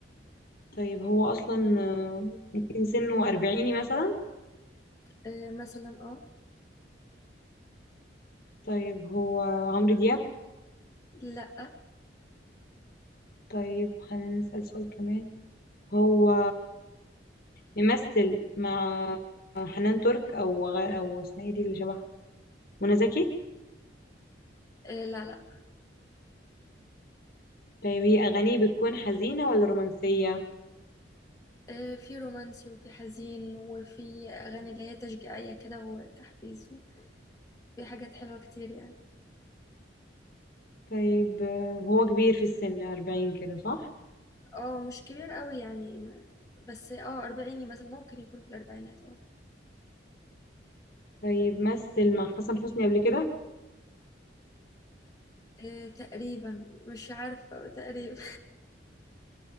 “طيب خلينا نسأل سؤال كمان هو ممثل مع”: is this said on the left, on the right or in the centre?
Left